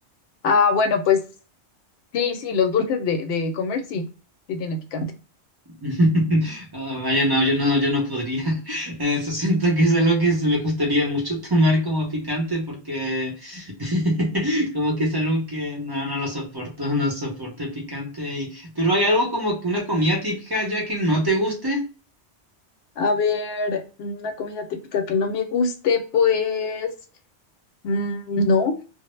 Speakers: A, on the left (about 70°); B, on the right (about 25°).
A: Ah, bueno, pues sí, sí, los dulces de, de comer sí, sí tiene picante.
B: <laughs> Ah, vaya, no, yo no, yo no podría. <laughs> Eso siento que es algo que se me gustaría mucho tomar como picante porque <laughs> como que es algo que no, no lo soporto, no soporto el picante. Y... Pero hay algo como que una comida típica ya que no te guste.
A: A ver, una comida típica que no me guste, pues mm, no.